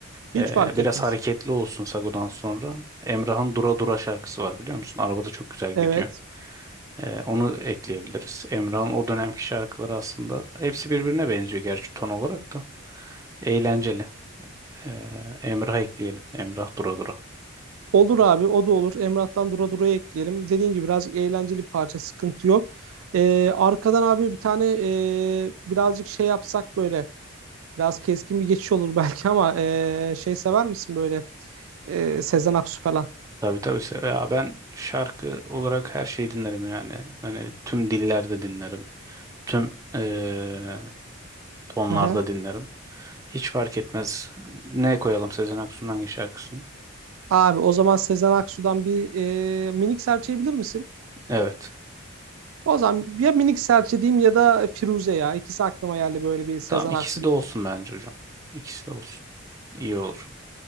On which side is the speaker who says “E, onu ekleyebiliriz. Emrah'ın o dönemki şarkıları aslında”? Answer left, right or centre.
Right